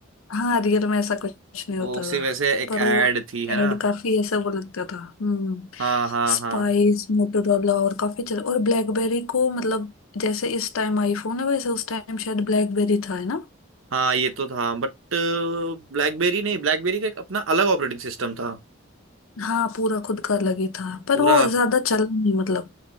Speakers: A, on the left; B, on the right.
A: हाँ रियल में ऐसा कुछ नहीं
B: वो
A: होता
B: सिर्फ
A: था
B: ऐसे एक
A: पर वो
B: एड थी है
A: एड
B: ना
A: काफी ऐसा वो लगता था हम्म
B: हाँ हाँ
A: स्पाइस
B: हाँ
A: मोटोरोला और काफी चल और ब्लैकबेरी को मतलब जैसे इस टाइम आईफोन है वैसे उस टाइम शायद ब्लैकबेरी था है ना
B: हाँ ये तो था बट ब्लैकबेरी नहीं ब्लैकबेरी का एक अपना अलग ऑपरेटिंग सिस्टम था
A: हाँ पूरा खुद का अलग ही था पर
B: पूरा
A: वो ज्यादा चला नहीं मतलब